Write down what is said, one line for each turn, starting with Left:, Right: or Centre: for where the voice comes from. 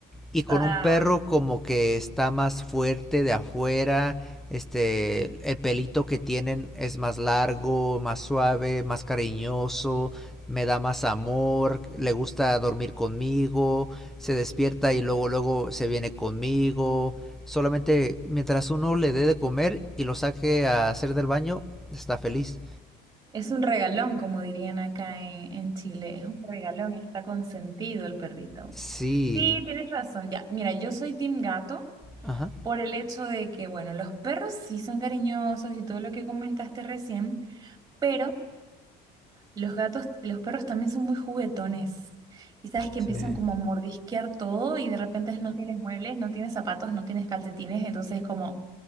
Centre: y con
Right: Ah,
Centre: un perro como que está más fuerte de afuera, este, el pelito que tienen es más largo, más suave, más cariñoso, me da más amor, le gusta dormir conmigo, se despierta y luego luego se viene conmigo. Solamente mientras uno le dé de comer y lo saque a hacer del baño, está feliz.
Right: es un regalón, como dirían acá en, en Chile. Es un regalón, está consentido el perrito.
Centre: Sí.
Right: Sí, tienes razón. Ya, mira, yo soy team gato
Centre: Ajá.
Right: por el hecho de que, bueno, los perros sí son cariñosos y todo lo que comentaste recién, pero Los gatos, los perros también son muy juguetones. Y sabes que
Centre: Sí.
Right: empiezan como a mordisquear todo y de repente no tienes muebles, no tienes zapatos, no tienes calcetines, entonces es como,